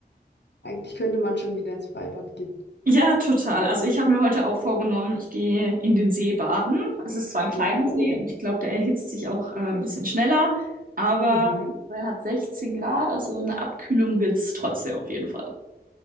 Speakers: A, on the left (about 85°); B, on the right (about 55°).
A: Eigentlich könnte man schon wieder ins Freibad gehen.
B: Ja, total. Also ich habe mir heute auch vorgenommen, ich gehe in den See baden. Es ist zwar ein kleiner
A: Ja, oh.
B: See und ich glaube, der erhitzt sich auch äh, ein bisschen schneller, aber
A: Mhm.
B: er hat 16 Grad, also eine Abkühlung wird es trotzdem auf jeden Fall.